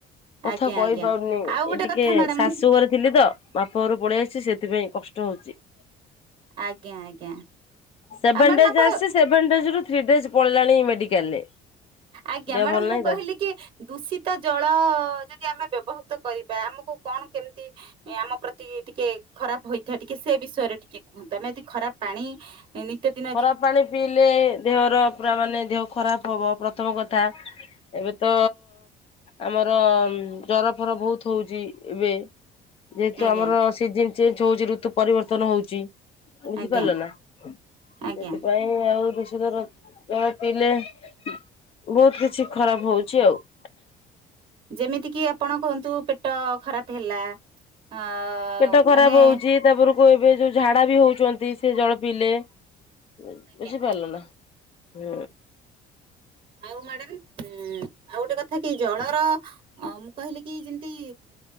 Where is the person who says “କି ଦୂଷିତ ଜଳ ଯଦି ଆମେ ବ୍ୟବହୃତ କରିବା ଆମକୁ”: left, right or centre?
Right